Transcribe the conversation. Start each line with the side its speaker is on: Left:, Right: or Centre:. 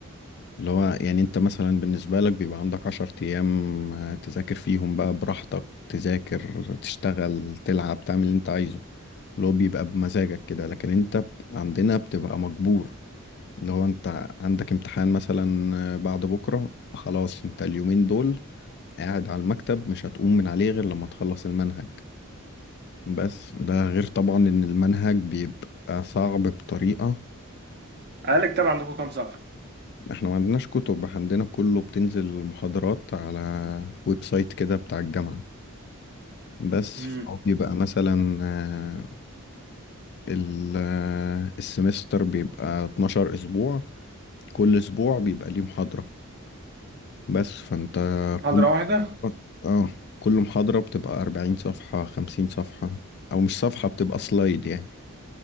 Left: اللي هو يعني انت مثلا بالنسبة لك بيبقى عندك عشر ايام آه، تذاكر فيهم بقى براحتك تذاكر تشتغل تلعب تعمل اللي انت عايزه اللي هو بيبقى بمزاجك كده لكن انت ب- عندنا بتبقى مجبور اللي هو انت عندك امتحان مثلا آه، بعد بكرة فخلاص انت اليومين دول قاعد على المكتب مش هتقوم من عليه غير لما تخلص المنهج بس ده غير طبعا ان المنهج بيبقى صعب بطريقة
Right: قالك طبعا عندكم كام صفحه
Left: احنا ما عندناش كتب عندنا كله بتنزل محاضرات على ويب سايت كده بتاع الجامعة بس
Right: امم
Left: فهو بيبقى مثلا آه، ال- آه، السمستر بيبقى 12 اسبوع كل اسبوع بيبقى ليه محاضرة بس فانت
Right: محاضره
Left: كل
Right: واحده
Left: اه كل محاضرة بتبقى 40 صفحة 50 صفحة او مش صفحة بتبقى سلايد يعني